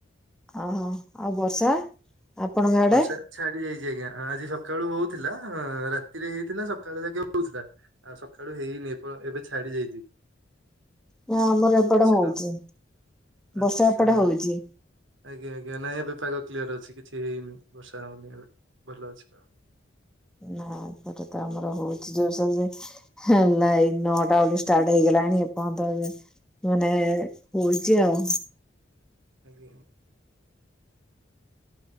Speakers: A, in the centre; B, on the right (about 85°).
A: ଅହୋ ଆଉ ବର୍ଷା? ଆପଣଙ୍କ ଆଡେ?
B: ବର୍ଷା ଛାଡି ଯାଇଚି ଆଜ୍ଞା ଆଜି ସକାଳୁ ହଉଥିଲା ରାତିରେ ହେଇଥିଲା ସକାଳ ଯାକେ ହଉଥିଲା ଆଉ ସକାଳୁ ହେଇନି ଏପ- ଏବେ ଛାଡି ଯାଇଚି।
A: ନା ଆମର ଏପଟେ ହଉଚି
B: ତ ଆଚ୍ଛା
A: ବର୍ଷା ଏପଟେ ହଉଚି।
B: ଆଜ୍ଞା -ଆଜ୍ଞା ନାଇଁ ଏବେ ପାଗ କ୍ଲିୟର ଅଛି କିଛି ହେଇନି ବର୍ଷା ହଉନି ଏବେ ଭଲ ଅଛି ଆଉ।
A: ନା ସେଟେ ତ ଆମର ହଉଚି <unintelligible> ହେଁ - ନାଇ ନଅଟା ବଳୁ ଷ୍ଟାର୍ଟ ହେଇଗଲାଣି ଏପର୍ଯ୍ୟନ୍ତ ମାନେ ହଉଚି ଆଉ।
B: ଆଜ୍ଞା।